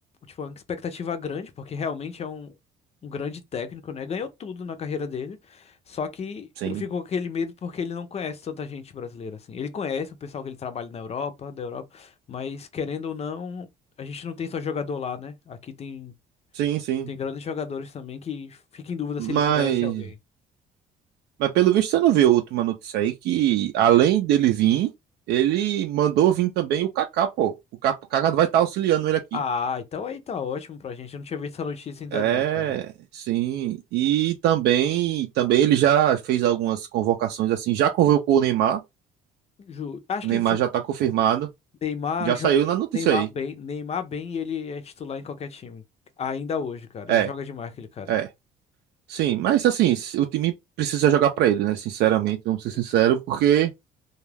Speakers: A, on the left; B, on the right.
A: tipo, uma expectativa grande, porque realmente é um, um grande técnico, né? Ganhou tudo na carreira dele. Só que
B: Sim,
A: eu fico com aquele medo porque ele não conhece tanta gente brasileira, assim. Ele conhece o pessoal que ele trabalha na Europa, da Europa, mas querendo ou não, a gente não tem só jogador lá, né? Aqui tem,
B: sim, sim.
A: tem grandes jogadores também que fica em dúvida
B: Mas,
A: se ele conhece alguém.
B: mas pelo visto você não viu a última notícia aí que além dele vir, ele mandou vir também o Kaká, pô. O Ca- o Kaká vai estar auxiliando ele aqui.
A: Ah, então aí tá ótimo pra gente. Eu não tinha visto essa notícia ainda
B: É,
A: não, cara.
B: sim. E também, também ele já fez algumas convocações assim, já convocou o Neymar.
A: Ju, acho
B: O
A: que
B: Neymar já tá confirmado.
A: Neymar,
B: Já
A: jo-
B: saiu na notícia
A: Neymar
B: aí.
A: bem, Neymar bem, ele é titular em qualquer time. Ainda hoje, cara.
B: É,
A: Ele joga demais, aquele cara.
B: é. Sim, mas assim, o time precisa jogar pra ele, né? Sinceramente, vamos ser
A: Esse-
B: sinceros, porque